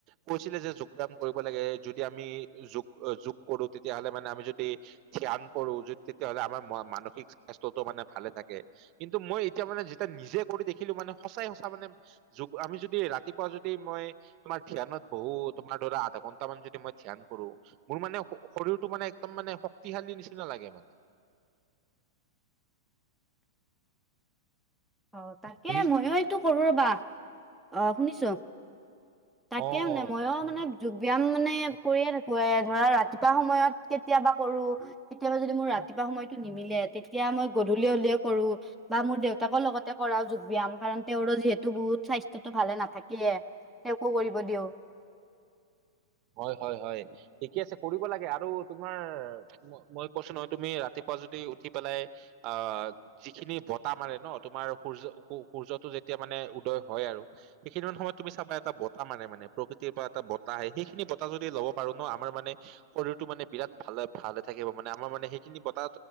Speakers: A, on the right; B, in the centre.
A: কৈছিলে যে যোগ ব্যায়াম কৰিব লাগে, যদি আমি যোগ যোগ কৰো তেতিয়াহলে মানে আমি যদি ধ্যান কৰো, যদি তেতিয়াহ'লে আমাৰ মানসিক স্বাস্থ্যটো মানে ভালে থাকে। কিন্তু মই এতিয়া মানে যেতিয়া নিজে কৰি দেখিলো মানে, সঁচাই সঁচা মানে যোগ আমি যদি ৰাতিপুৱা যদি, মই তোমাৰ ধ্যানত বহু তোমাৰ ধৰা আধা ঘন্টা মান যদি মই ধ্যান কৰো, মোৰ মানে শৰীৰটো মানে একদম মানে, শক্তিশালী নিচিনা লাগে মানে।
B: অ', তাকে
A: শুনি
B: ময়ো এইটো কৰো ৰ'বা। অ', শুনিছো। তাকে,
A: অ
B: মানে
A: অ
B: মইও মানে যোগ ব্যায়াম মানে কৰিয়ে থাকো, এ ধৰা ৰাতিপুৱা সময়ত কেতিয়াবা কৰো। কেতিয়াবা যদি মোৰ ৰাতিপুৱা সময়টো নিমিলে, তেতিয়া মই গধূলি হলেও কৰো বা মোৰ দেউতাকো লগত কৰা যোগ ব্যায়াম কাৰণ, তেওঁৰো যিহেতু বহুত স্বাস্থ্যতো ভালে নাথাকিয়ে, তেওঁকো কৰিব দিও।
A: হয়, হয়, হয়, ঠিকে আছে কৰিব লাগে, আৰু তোমাৰ মই কৈছো নহয়, তুমি ৰাতিপুৱা যদি উঠি পেলাই আহ যিখিনি বতাহ মাৰে নহ, তোমাৰ সূৰ্য-সূৰ্যটো যেতিয়া মানে উদয় হয় আৰু সেইখিনি সময়ত তুমি চাবা এটা বতাহ মাৰে মানে, প্ৰকৃতিৰ পৰা এটা বতাহ আহে সেই সেইখিনি বতাহ যদি ল'ব পাৰো নহ, আমাৰ মানে শৰীৰটো মানে বিৰাট ভালে ভালে থাকিব, মানে আমাৰ মানে সেইখিনি বতাহ